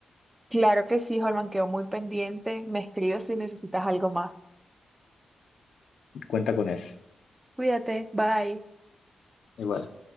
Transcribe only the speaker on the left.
Cuenta con eso.
Igual.